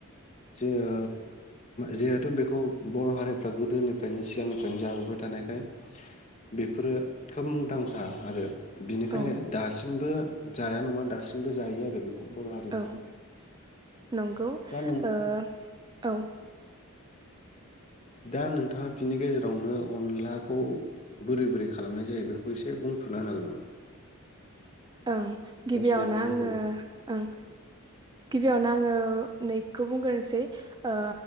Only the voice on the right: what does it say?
औ
औ नंगौ
ओ औ।
ओं गिबियावनो
आङो
ओं गिबियावनो आं आङो नैखौ बुंग्रोनोसै ओ